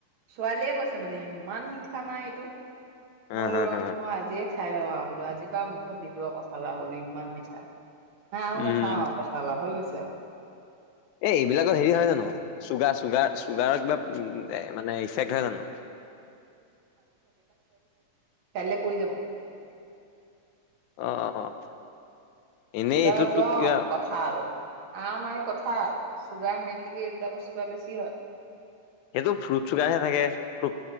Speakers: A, on the right; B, on the left.
A: ছোৱালীয়ে কৈছে মানে ইমান মিঠা মা এইটো
B: হা
A: মইলো
B: হা
A: ৰহ,
B: হা
A: মই আজিয়ে খাই লওঁ আও বোলো, আজিৰ পৰা আও মুখত নিদো আও <unintelligible> বুলি। ইমান মিঠা। হা আও
B: উম
A: নাখাওঁ আও কঠাল আও, হৈ গৈছে আও।
B: এ এইবিলাকত হেৰি হয় জানো? চুগা-চুগাৰ-চুগাৰৰ কিবা এ মানে ইফেক্ট হয় জানো?
A: কাইলৈ পই যাব।
B: অ', অ'। এনেই
A: চুগাৰ
B: এইটোতো
A: জম,
B: কিবা
A: কঠাল। আম আৰু কঁঠাল চুগাৰ মেইনলিকে এই দুটা বস্তু পা বেছি হয়।
B: সেইটো ফ্ৰুট চুগাৰহে থাকে। ফ্ৰু